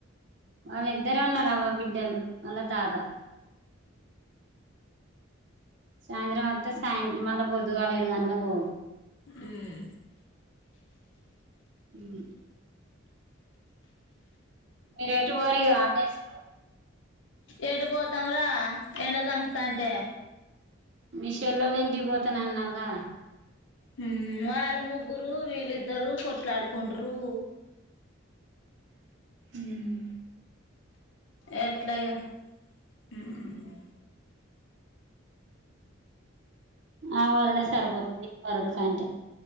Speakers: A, on the right; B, on the left.
A: వాళ్ళిద్దరే ఉన్నారు అవ్వ బిడ్డలు వాళ్ళ తాత సాయంత్రం వత్త సాయి మళ్ళా పొద్దుగాల ఏడు గంటలకు పో
B: మ్మ్
A: హు మీరు ఎటు పోరు గా హాలిడేస్ కు
B: ఏటు పోతాం రా ఎండ చంపుతాంటే
A: మీ షేల్లలు ఇంటికి పోతా నన్నారు కదా
B: హుమ్ వాళ్ళ ముగ్గురు వీళ్ళద్దరు కొట్లాడ్కండ్రు
A: ఉమ్
B: ఎట్లాగా ఉమ్
A: ఆ వరడే సరిపోతుది వరుడు కంటే